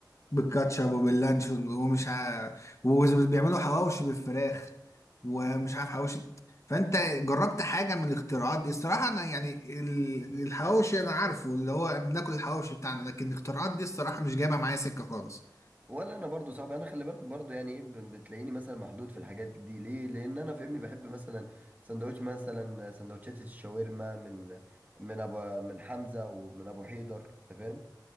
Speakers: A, on the left; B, on the right.
A: بالكاتشب وباللانشون ومش ع... وبيعملوا حواوشي بالفراخ ومش عارف حواوشي فانت جربت حاجه من الاختراعات دي الصراحه انا يعني ال- الحواوشي انا عارفه اللي هو بناكل الحواوشي بتاعنا لكن الاختراعات دي الصراحه مش جايبه معايا سكه خالص
B: ولا انا برضو صعب انا خلي بالك برضو يعني ايه ب- بتلاقيني مثلا محدود في الحاجات دي ليه لان انا فاهمني بحب مثلا سندوتش مثلا سندوتشات الشاورما من من ابو من حمزة ومن ابو حيدر انت فاهم